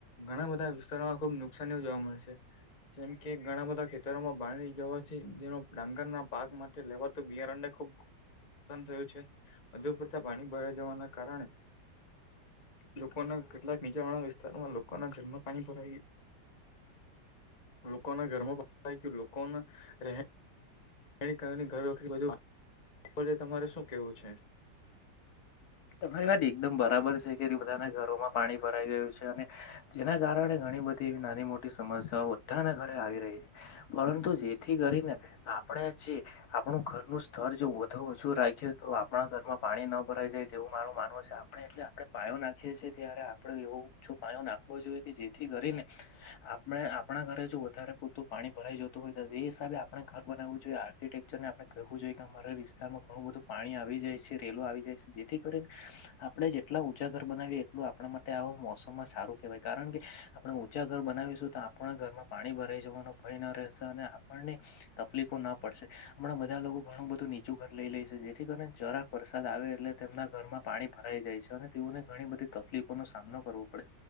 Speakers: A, on the left (about 35°); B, on the left (about 65°).
A: ઘણા બધા વિસ્તારોમાં ખુબ નુકસાનીઓ જોવા મળે છે જેમ કે ઘણા બધા ખે ખાતરમાં પાણી જવાથી જે ડાંગરના પાક માટે લેવાતુ બિયારણને ખૂબ નુકસાન થયું છે. વધુ પરતા પાણી ભરાઈ જવાના કારણે લોકો ના કેટલાક નીચાણવાળા વિસ્તારોમાં લોકોના ઘરમાં પાણી ભરાય લોકો ના ઘરમાં પ થાય લોકો રહે એ કારની ઘર વખું તમારે શું કેવું છે <unintelligible>
B: તમારી વાત એકદમ બરાબર છે કે બધાના ઘરોમાં પાણી ભરાઈ ગયું છે અને જેના કારણે ઘણી બધી એવી નાની મોટી સમસ્યાઓ બધાના ઘરે આવી રહી છે. પરંતુ જેથી કરીને આપણે જે આપણું ઘરનું સ્તર જો વધુ ઊંચુ રાખીએ તો આપણા ઘરમાં પાણી ન ભરાઈ જાય તેવું માર માનવુ છે આપણે એટલે આપણે પાયો નાખીએ છીએ ત્યારે આપડે એવો ઓછો પાયો નાખવો જોઈએ કે જે થી કરીને આપણે આપણા ઘરે જો વધારે પડતું પાણી ભરાઈ જતું હોય તો તે હિસાબે આપણે ઘર બનાવવું જોઈએ આર્કિટેક્ચર ને આપડે કહેવું જોઈએ કે અમારા વિસ્તારમાં ઘણું બધું પાણી આવી જાય છે. રેલો આવી જાય છે જેથી આપણે જેટલા ઉંચા ઘર બનાવીએ એટલું આપણા માટે આ મોસમમાં સારું કેહેવાય કારણ કે આપણે ઊંચા ઘર બનાવીશું તો આપણા ઘરમાં પાણી ભરાઈ જવાનો ભય ન રહેશે અને આપણને તકલીફો ના પડશે હમણાં બધા લોકો ઘણું બધું નીચું ઘર લઈ લે છે જેથી કરીને જરાક વરસાદ આવે એટલે તેમના ઘરમાં પાણી ભરાઈ જાય છે અને તેઓને ઘણી બધી તકલીફોનો સામનો કરવો પડે